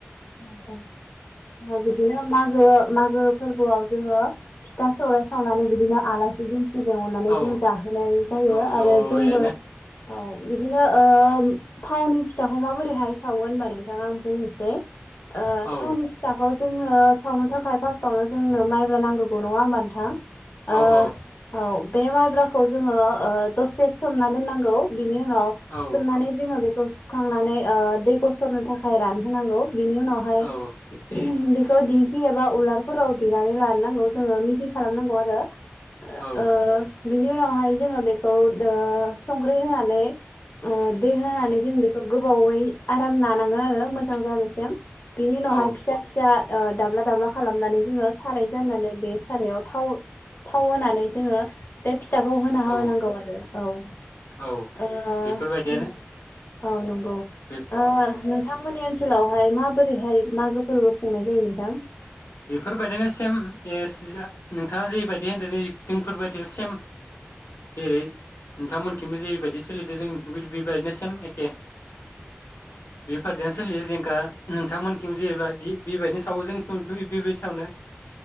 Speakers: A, on the left; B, on the left.
A: ओ ओ ओ बिदिनो मागो मागो फोरबोआव जोङो फिथा सौराय सावनानै बिदिनो आलासि दुम जों अननानै
B: औ
A: जों जाहोनाय जायो
B: औ जयैनो
A: आरो जोंबो औ बिदिनो ओ थावनि फिथाखौ माबोरैहाय सावो होनबा नोंथाङा आं बुंनोसै ओ
B: औ
A: थावनि फिथाखौ जोंनो सावनो थाखाय फार्स्टआवनो जोंनो माइब्रा नांगोगौ नङा होमबा नोंथां
B: औ
A: ओ
B: औ
A: औ बे माइ बराखौ जोङो दसे सोमना दोननांगौ बेनि उनाव
B: औ
A: सोमनानै जोङो बेखौ सुखांनानै ओ दै ग'सरनो थाखाय रानहोनांगौ बेनि उनावहाय
B: औ
A: उम थ दिंखि एबा उलारफोराव देनानै लान नांगौ जोङो मिहि खालामनांगौ आरो
B: औ
A: ओ बिनि उनावहाय जोङो बेखौ ओ संख्रि होनानै ओ दै होनानै जों बेखौ गोब गोबावयै आराम नानांगोन आरो मोजां जाजा सेम बिनि उनावहाय
B: औ
A: फिसा फिसा ओ दाब्ला दाब्ला खालामनानै जोङो साराय जाननानै बे सारायाव थाव थाव होनानै जोङो बे फि थाखौ होना होनांगौ
B: औ
A: आरो औ ओ
B: औ
A: उम
B: बेफोरबायदियानो
A: औ नं ओ
B: बे
A: नोंथांमोननि ओनसो हेलौ। हाय माबोरैहाय मागो फोरबो खुंनाय जायो नोंथां?
B: बेफोरबायदिनो सेम एसिजा नोंथाङा जेबायदि होनदोनै जोंफोरबायदियाव सेम। जेरै नोंथांमोन खिमबो जेरैबायदि सोलिदो जों बेबायदिनो सेम एखे। <unintelligible> नोंथांमोनखि जेब्ला दि बेबायदिनो सायाव जों <unintelligible>